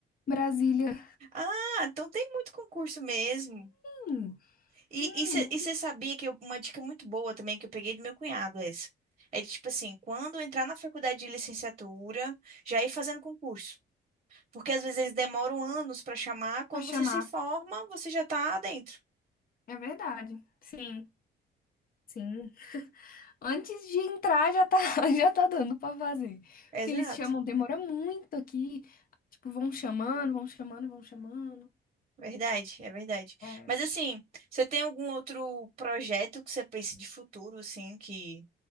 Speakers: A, on the left; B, on the right.
A: Brasília.
B: Ah, então tem muito concurso mesmo.
A: Hum,
B: E
A: hum,
B: e você sabia que eu- uma dica muito boa também que eu peguei do meu cunhado é essa. É de tipo assim, quando entrar na faculdade de licenciatura, já ir fazendo concurso. Porque às vezes eles demoram anos para chamar, quando
A: pra chamar.
B: você se forma, você já tá dentro.
A: É, é verdade. Sim, sim. Antes de entrar já tá, <laughs> já tá dando pra fazer.
B: Exato.
A: Porque eles chamam, demora muito aqui. Tipo, vão chamando, vão chamando, vão chamando.
B: Verdade, é verdade.
A: É,
B: Mas assim, você tem algum outro projeto que você pense de futuro, assim, que